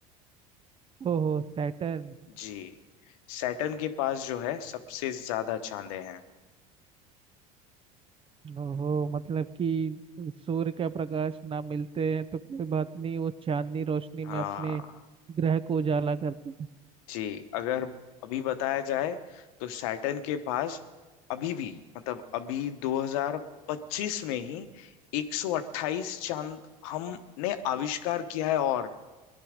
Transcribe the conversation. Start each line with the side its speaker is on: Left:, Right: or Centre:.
Right: ओहो सैटर्न
Left: जी सैटर्न के पास जो है सबसे ज्यादा चांदे हैं
Right: ओहो मतलब कि सूर्य का प्रकाश ना मिलते हैं तो कोई बात नहीं वो चांदनी रोशनी
Left: हाँ
Right: में अपने ग्रह को उजाला करते हैं
Left: जी अगर अभी बताया जाए तो सैटर्न के पास अभी भी मतलब अभी 2025 में ही 128 चांद हमने आविष्कार किया है और